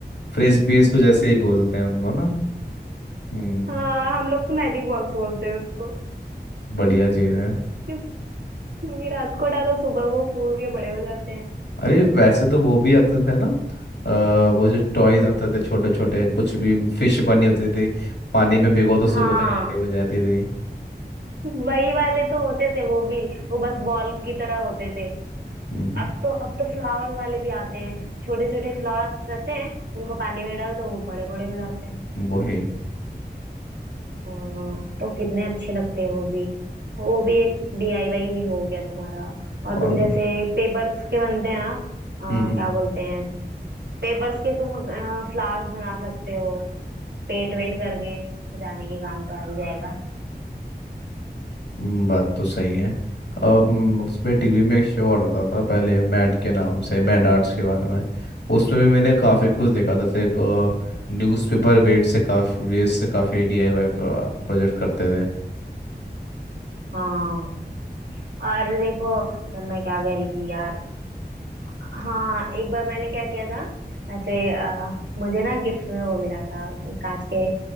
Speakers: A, on the left (about 85°); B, on the right (about 80°).
A: फ्रिस्बीज कुछ ऐसे ही बोलते हैं उनको ना हम्म
B: हाँ हम लोग तो मैजिक बॉक्स बोलते हैं उसको
A: बढ़िया चीज है
B: क्योंकि क्योंकि रात को डालो सुबह वो फूल के बड़े हो जाते हैं
A: अरे वैसे तो वो भी आते थे ना अ, वो जो टॉयज
B: क्या
A: आते थे छोटे छोटे कुछ भी फिश बनी होती थी पानी में भिगो तो सुबह
B: हाँ
A: तक खड़ी हो जाती थी
B: वही वाले तो होते थे वो भी वो बस बॉल की तरह होते थे
A: हम्म,
B: अब तो अब तो फ्लावर वाले भी आते हैं छोटे छोटे फ्लावर्स रहते हैं उनको पानी में डाल दो वो बड़े बड़े हो जाते हैं
A: वो है
B: हाँ तो कितने अच्छे लगते हैं वो भी वो भी एक डीआईवाई भी हो गया तुम्हारा और
A: और
B: तुम जैसे पेपर्स के बनते हैं ना अ,
A: हम्म हम्म।
B: क्या बोलते हैं पेपर्स के तुम फ्लावर्स बना सकते हो पेंट वेंट करके सजाने के काम तो आ ही जाएगा
A: हम्म, बात तो सही है अब हम्म, उसमें टीवी में एक शो आ रहा था पहले मैड के नाम से मैड आर्ट्स के बारे में उसमें भी मैंने काफ़ी कुछ देखा था जैसे न्यूज़पेपर वेट से काफ़ी वेस्ट से काफ़ी डीआईवाई प्रोजेक्ट करते थे
B: हाँ और देखो मैं क्या कह रही थी यार हाँ एक बार मैंने क्या किया था ऐसे अ, मुझे ना गिफ्ट में वो मिला था कांच के